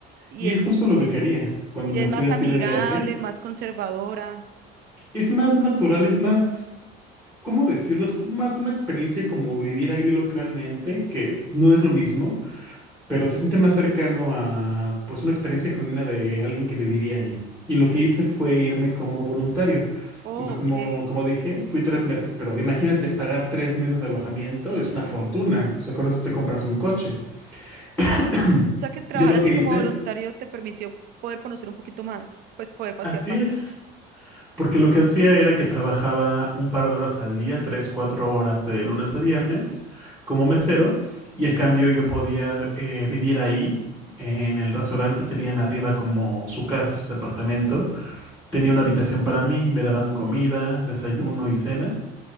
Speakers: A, on the right; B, in the centre.
A: Y
B: Y
A: es,
B: es justo lo que quería cuando
A: y
B: me
A: es
B: fui
A: más
B: así
A: amigable,
B: de viaje.
A: más conservadora.
B: Es más natural, es más, ¿cómo decirlo? Es más una experiencia como vivir ahí localmente, que no es lo mismo. pero se siente más cercano a pues una experiencia genuina de alguien que viviría ahí. Y lo que hice fue irme como voluntario.
A: Oh,
B: O sea,
A: ok.
B: como, como dije, fui tres meses, pero imagínate pagar tres meses de alojamiento, es una fortuna. O sea, con eso te compras un coche. <clears throat>
A: O sea que trabajar
B: Yo lo
A: así
B: que
A: como
B: hice,
A: voluntario te permitió poder conocer un poquito más, pues poder pasear
B: así
A: más.
B: es.
A: ¿sí?
B: Porque lo que hacía era que trabajaba un par de horas al día, tres, cuatro horas de lunes a viernes como mesero y a cambio yo podía eh, vivir ahí. En el restaurante tenían arriba como su casa, su departamento. Tenía una habitación para mí, me daban comida, desayuno y cena.